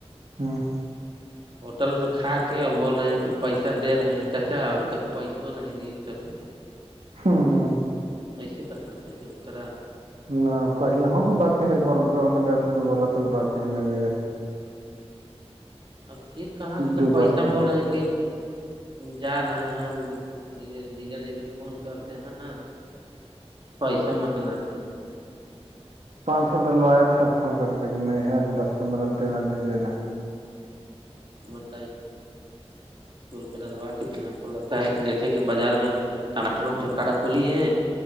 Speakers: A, on the right; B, on the right.
A: ہاں
B: ہوٹل میں کھا کے اور بول رہے ہیں کہ پیسہ دے رہے ہیں چاچا ابھی تک پیسوں نہیں دیے چل رہیے
A: ہاں
B: کیسے کرنا چاہیے ان کاا
A: نہ پہل ہو کہ باقی ہے ایک بار گاؤں گئے تھے تو بولا تھا باقی ہے نہیں بھی ایک
B: ا پھر کہاں سے تو
A: دو
B: پیسہ
A: بار کے
B: بول رہے ہیں کہ جا رہے ہیں دی جا جی پھر فون کرتے ہیں پیسہ مانگاتے
A: پانچ سو ڈلوایا تھا فون کر کے کہ نہیں ہے دس پندرہ دینا دیجیے نا
B: بت چور پہ ڈلوا کے پھر ہم کو لگتا ہے کہ دیکھے کہ بازار میں ٹماٹر وٹکا تولیے